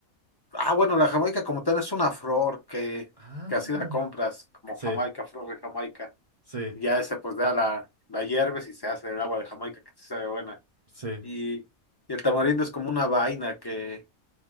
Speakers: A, on the left (about 30°); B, on the right (about 35°).
A: Ah, bueno, la Jamaica como tal es una flor que,
B: Ah,
A: que así la compras, como
B: sí,
A: Jamaica, flor de Jamaica.
B: sí,
A: Y ya esa pues da la, la hierves y se hace el agua de Jamaica, que sí sabe buena.
B: sí.
A: Y, y el tamarindo es como una vaina que,